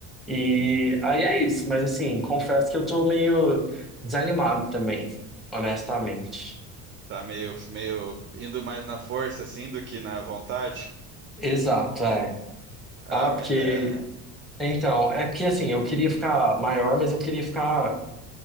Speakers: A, in the centre; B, on the right.
A: E
B: Uhum.
A: aí é isso, mas assim, confesso que eu tô meio desanimado também, honestamente.
B: Tá meio, meio indo mais na força, assim, do que na vontade.
A: Exato, é.
B: Ah,
A: Ah, porque.
B: mas é, né?
A: Então, é porque assim, eu queria ficar maior, mas eu queria ficar.